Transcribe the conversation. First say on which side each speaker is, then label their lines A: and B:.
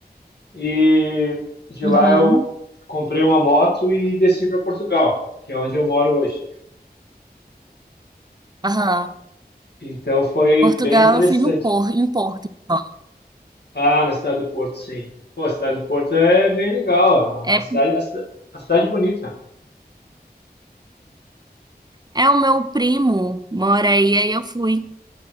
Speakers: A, on the left; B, on the right.
A: e de
B: Uhum.
A: lá eu comprei uma moto e desci para Portugal, que é onde eu moro hoje.
B: Aham.
A: Então foi
B: Portugal,
A: bem interessante.
B: eu fui no Por, em Porto. só.
A: Ah, na cidade do Porto, sim. Pô, a cidade do Porto é bem legal.
B: É,
A: É uma cidade, a cida- a cidade bonita.
B: é o meu primo, mora aí, aí eu fui